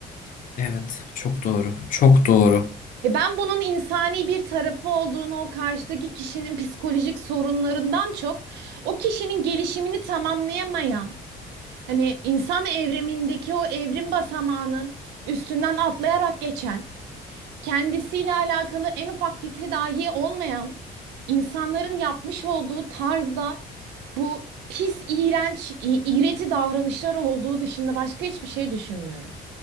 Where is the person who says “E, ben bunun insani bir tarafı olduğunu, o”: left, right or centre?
Right